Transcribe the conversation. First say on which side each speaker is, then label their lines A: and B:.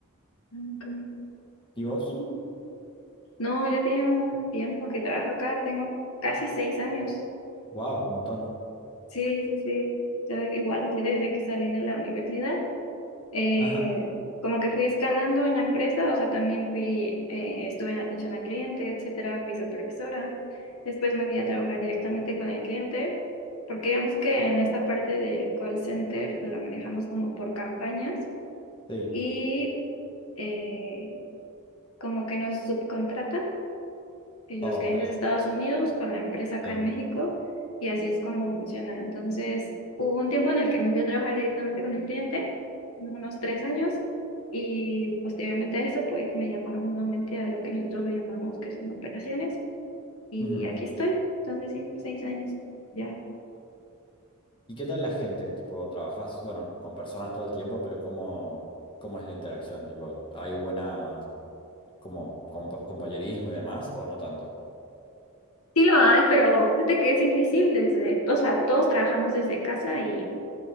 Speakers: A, on the left; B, on the left.
A: Ah, ok.
B: ¿Y vos?
A: Mm. No, ya tiene un tiempo que trabajo acá, tengo casi seis años.
B: Wow, un montón.
A: Sí, sí, sí. Yo igual desde que salí de la universidad, eh,
B: Ajá,
A: como que fui escalando en la empresa, o sea, también fui, eh, estuve en atención al cliente, etcétera, fui supervisora. Después me fui a trabajar directamente con el cliente, porque digamos que en esta parte del call center la manejamos como por campañas.
B: sí.
A: Y eh, como que nos subcontratan eh,
B: Oh,
A: los clientes
B: ok,
A: de Estados Unidos con la empresa acá
B: sí.
A: en México y así es como funciona. Entonces, hubo un tiempo en el que me fui a trabajar directamente con el cliente, como unos tres años, y posteriormente a eso, pues me llamaron nuevamente a lo que nosotros lo llamamos que son operaciones y
B: Ujú.
A: aquí estoy. Entonces, sí, seis años ya.
B: ¿Y qué tal la gente? Tipo, trabajas, bueno, con personas todo el tiempo, pero ¿cómo, cómo es la interacción? Tipo, ¿hay buena, como, compa- compañerismo y demás, o no tanto?
A: Sí lo hay, pero fíjate que es difícil desde, o sea, todos trabajamos desde casa y